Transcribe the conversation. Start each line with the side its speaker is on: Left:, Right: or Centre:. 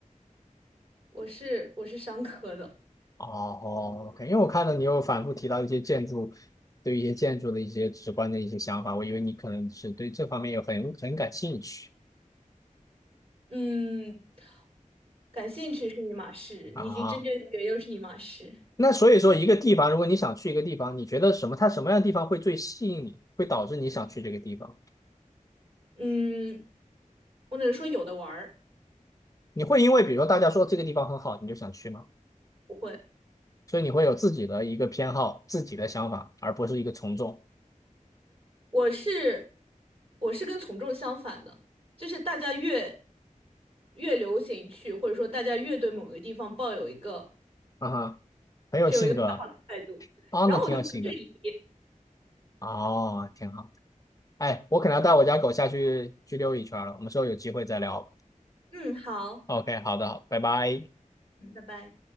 Right: 我是我是商科的，
Left: 哦哦，OK，因为我看到你又反复提到一些建筑，对一些建筑的一些直观的一些想法，我以为你可能是对这方面有很很感兴趣
Right: 嗯，感兴趣是一码事，
Left: 啊。
Right: 你已经真正学又是一码事。
Left: 那所以说，一个地方，如果你想去一个地方，你觉得什么，它什么样的地方会最吸引你，会导致你想去这个地方？
Right: 嗯，我只能说有的玩儿，
Left: 你会因为比如说大家说这个地方很好，你就想去吗？
Right: 不会。
Left: 所以你会有自己的一个偏好、自己的想法，而不是一个从众。
Right: 我是我是跟从众相反的，就是大家越越流行去，或者说大家越对某个地方抱有一个。
Left: 啊哈，很有性格
Right: 是有一个比较好的态度。
Left: 啊，
Right: 然后我就很质疑，
Left: 那挺有性格哦，挺好。哎，我可能要带我家狗下去去溜一圈了，我们之后有机会再聊吧。
Right: 嗯，好，
Left: OK，好的，好，拜拜。
Right: 嗯，拜拜。